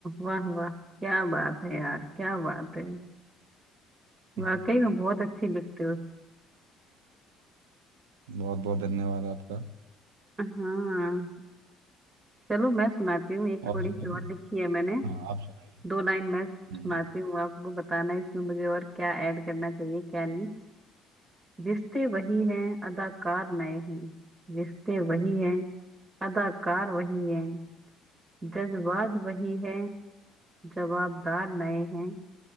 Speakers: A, on the right; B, on the right.
A: वाह वाह क्या बात है यार क्या बात है
B: <laughs>
A: वाकई में बहुत अच्छी लिखते हो
B: बहुत बहुत धन्यवाद आपका
A: हाँ चलो मैं सुनाती हूँ एक
B: और
A: थोड़ी
B: सुनाऊं
A: सी और लिखी है मैंने
B: हाँ आप सुनाइए
A: दो लाइन मैं सुनाती
B: हम्म,
A: हूँ आपको बताना इसमें मुझे और क्या ऐड करना चाहिए क्या नहीं रिश्ते वही हैं अदाकार नए हैं रिश्ते वही हैं अदाकार वही हैं जज्बात वही है जवाबदार नए हैं